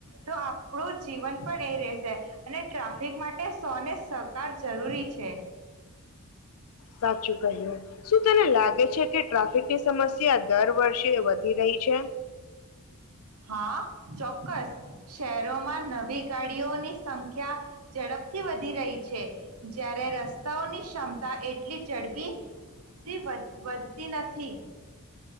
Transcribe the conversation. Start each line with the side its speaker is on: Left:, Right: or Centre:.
Right: તો આપણું જીવન પણ એ રહેશે અને ટ્રાફિક માટે સૈને સહકાર જરૂરી છે.
Left: સાચું કહ્યું શું તને લાગે છે કે ટ્રાફિક કા ની સમસ્યા દર વર્ષે વધી રહી છે?
Right: હા ચોક્કસ શહેરોમાં નવી ગાડીઓની સંખ્યા ઝડપથી વધી રહી છે જયારે રસ્તાઓની ક્ષમતા એટલી ઝડપી થી વા વધતી નથી.